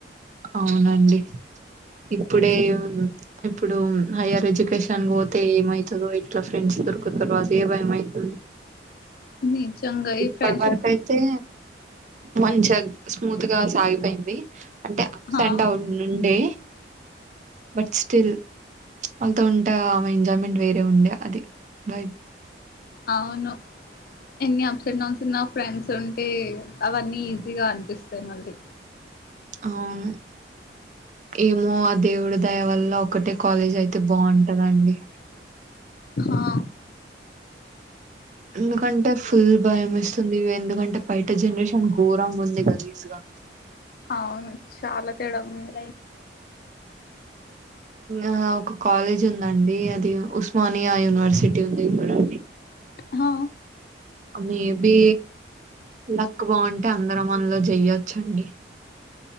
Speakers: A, on the right; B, on the left.
A: అవునండి ఇప్పుడే ఇప్పుడు హైయర్ ఎడ్యుకేషన్‌కి పోతే ఏమయితదో ఎట్లా ఫ్రెండ్స్ దొరుకుతారో అదే భయం అయితుంది
B: నిజంగా ఈ
A: ఇప్పటి
B: ఫ్రెండ్షిప్
A: వరకు అయితే మంచిగా స్మూత్‌గా సాగిపోయింది అంటే అప్స్
B: హా
A: అండ్ డౌన్ నుండే బట్ స్టిల్ వాళ్ళతో ఉంటే ఆమె ఎంజాయ్మెంట్ వేరే ఉండే అది బై
B: అవును ఎన్ని అప్స్ అండ్ డౌన్స్ ఉన్నా ఫ్రెండ్స్ ఉంటే అవన్నీ ఈజీగా అనిపిస్తాయి మళ్ళీ
A: అవును ఏమో ఆ దేవుడి దయ వల్ల ఒకటే కాలేజ్ అయితే బాగుంటదండి
B: ఆ
A: ఎందుకంటే ఫుల్ భయమేస్తుంది ఎందుకంటే బయట జనరేషన్ ఘోరంగా ఉంది గలీజ్‌గా
B: అవును చాలా తేడాగుంది
A: ఆ ఒక కాలేజ్ ఉందండి అది ఉస్మానియా యూనివర్సిటీ ఉంది చూడండి
B: హా
A: మే బి లక్ బాగుంటే అందరం అందులో చెయ్యొచ్చండి